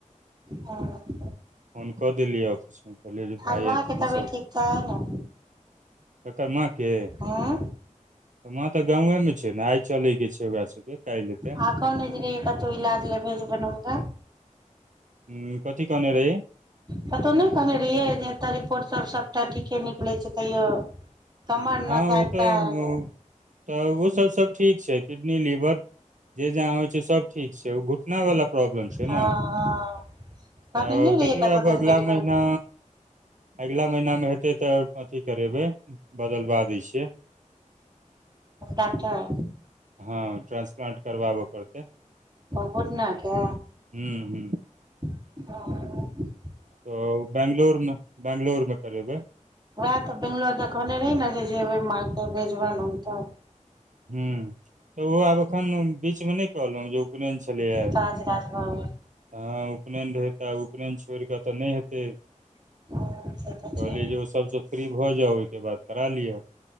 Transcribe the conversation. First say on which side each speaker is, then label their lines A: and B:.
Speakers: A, on the right; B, on the right.
A: हँ
B: फोन कऽ देलियै ऑफिसमे, कहलियै जे भाय
A: आब माँ
B: आइ तूही
A: के तबियत
B: सब
A: ठीक छै ने
B: ककर माँके
A: हूँ
B: मां तऽ गांवे मे छै न, आइ चलै के छै ओकरा सबके काल्हि एतय।
A: आ कहने जे रहियै कतऊ इलाज ले भेजबनि हुनका।
B: हम्म कथि कहने रहि।
A: कतहु नहि कहने रहियै जे, एतऽ रिपोर्टसब सभटा ठीके निकलै छै तैयो तमर
B: हँ
A: न करता
B: ओ तऽ उ-
A: ओ
B: तऽ उहो सब-सब ठीक छै, किडनी, लीवर जे जहाँ होइ छै सब ठीक छै, ओ घुट ना वला प्रॉब्लम छै
A: हँ
B: ना।
A: हँ कहने
B: अ
A: नहि रहियै
B: देखियौ
A: कतऽ
B: अब
A: दन
B: अगला
A: भेजबनि
B: महीना। अगिला महीना मे हेतै तऽ अथी करेबै। बदलबा दै छियै।
A: डॉक्टर
B: हँ ट्रान्सप्लांट करबाबऽ पड़तै।
A: ओ घुटना के
B: हूं हम्म
A: ओ
B: त‌ उ बैंगलूर मे-बैंगलूर मे करेबै।
A: वएह तऽ बंगलोर दे कहने रही न जे, जेबै माँ के भेजबनि ओंतऽ।
B: हम्म तऽ ओ आब एखन बीच मे नहि कहलहुँ जे उपनैन छ छलै यैं
A: काज राज भऽ
B: हँ उपनयन रहै त, उपनयन छोड़ कऽ तऽ नहि हेतै।
A: गेल से तऽ
B: कहलियै
A: छै
B: जे ओ सब स फ्री भऽ जाउ ओयके बाद करा लियअ।